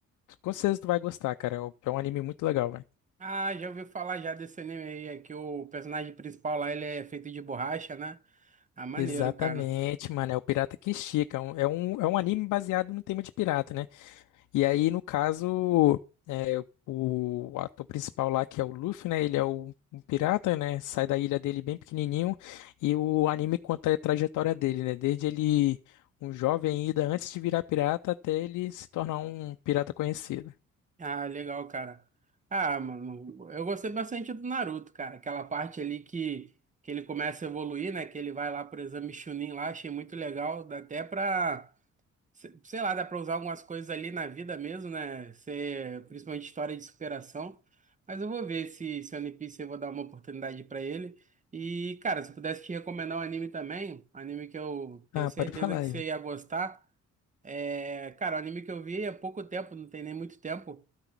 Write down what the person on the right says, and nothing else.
Ah, já ouvi falar já desse anime aí, é que o personagem principal lá ele é feito de borracha, né? Ah, maneiro,
cara.
Ah, legal, cara. Ah, mano, eu gostei bastante do Naruto, cara. Aquela parte ali que, que ele começa a evoluir, né? Que ele vai lá pro exame Chunin lá, achei muito legal. Dá até pra, se- sei lá, dá pra usar algumas coisas ali na vida mesmo, né? Ser, principalmente história de superação. Mas eu vou ver se, se One Piece eu vou dar uma oportunidade pra ele. E, cara, se eu pudesse te recomendar um anime também, um anime que eu tenho
certeza
que
você ia gostar. É, cara, o anime que eu vi há pouco tempo, não tem nem muito tempo